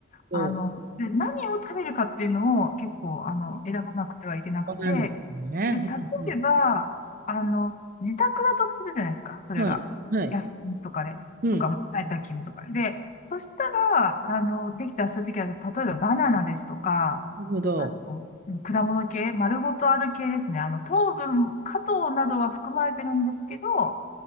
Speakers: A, on the right; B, on the left.
A: そう。
B: あの、で、何を食べるかっていうのを結構、あの、選ばなくてはいけなくて、
A: そうなんですね。
B: で、例
A: うん
B: えば、あの、自宅だとするじゃないですか、それが。
A: うん。はい。はい。
B: 休みとかで、
A: うん。
B: とか、
A: な
B: まあ在宅勤務とかで。でそしたら、あの、できたらそういう時は、例えばバナナですとか、
A: るほど。
B: あの、その果物系、丸ごとある系ですね。あの、糖分、果糖などは含まれてるんですけど、